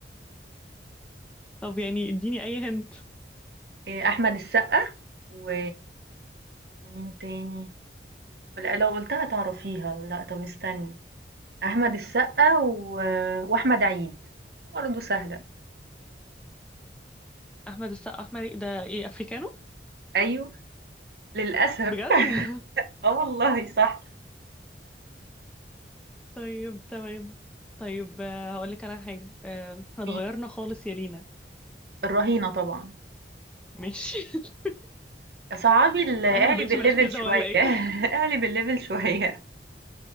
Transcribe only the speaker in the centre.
طب يعني اديني اي هنت
احمد السقا احمد إيه ده ايه افريكانو
بجد <laughs>
طيب تمام طيب آه، هقول لك انا حاجه آه، احنا
اتغيرنا خالص يا لينا
ماشي <laughs>
انا اللي بقيتش
مركزه
ولا ايه
<laughs>